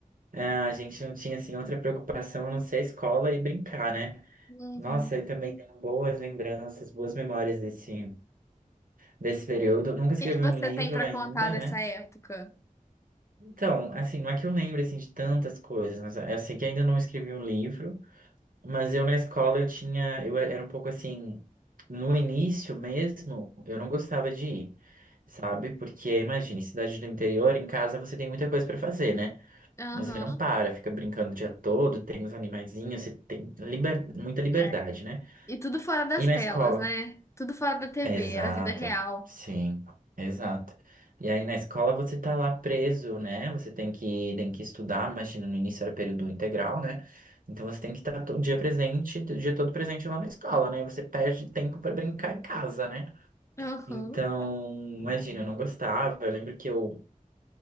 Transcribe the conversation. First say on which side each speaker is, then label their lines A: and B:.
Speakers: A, on the right; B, on the left.
A: ah, a gente não tinha assim outra preocupação a não ser a escola e brincar, né?
B: Uhum.
A: Nossa, eu também tenho boas lembranças, boas memórias desse, desse período. Eu Nunca escrevi
B: O que que você
A: um livro
B: tem pra
A: ainda,
B: contar dessa
A: né?
B: época?
A: Então, assim, não é que eu lembro assim, de tantas coisas, mas eu sei que ainda não escrevi um livro, mas eu na escola eu tinha, eu era um pouco assim, no início mesmo, eu não gostava de ir, sabe? Porque, imagine, cidade do interior, em casa você tem muita coisa para fazer, né?
B: Aham.
A: Você não para, fica brincando o dia todo, tem os animaizinhos, você tem liber- muita liberdade,
B: É.
A: né?
B: E tudo fora das
A: E na
B: telas,
A: escola?
B: né? Tudo fora da TV,
A: Exato,
B: era vida real.
A: sim, exato. E aí na escola você tá lá preso, né? Você tem que, tem que estudar, imagina, no início era período integral, né? Então você tem que estar todo dia presente, o dia todo presente lá na escola, né? Você perde tempo para brincar em casa, né?
B: Aham.
A: Então, imagina, eu não gostava. Eu lembro que eu,